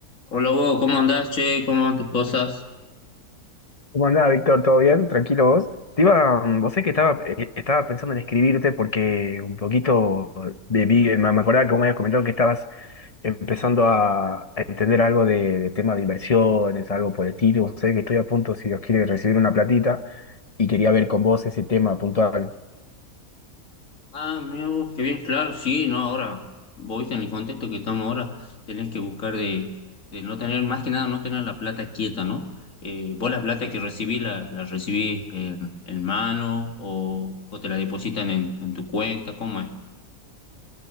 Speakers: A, on the left (about 60°); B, on the left (about 35°).
A: Hola, Hugo, ¿cómo andás, che? ¿Cómo van tus cosas?
B: ¿Cómo andás, Víctor? ¿Todo bien? ¿Tranquilo vos? Te iba, mm, vos sé que estaba, eh, estaba pensando en escribirte porque un poquito de, vi- eh, me me acordaba que vos me habías comentado que estabas empezando a, a entender algo de, de tema de inversiones, algo por el estilo. Vos sé que estoy a punto, si Dios quiere, de recibir una platita y quería ver con vos ese tema puntual.
A: Ah, mira vos, qué bien, claro, sí, no, ahora, vos en el contexto que estamos ahora, tenés que buscar de, de no tener, más que nada, no tener la plata quieta, ¿no? Eh, vos la plata que recibís, la, la recibís en, en mano o, o te la depositan en, en tu cuenta, ¿cómo es?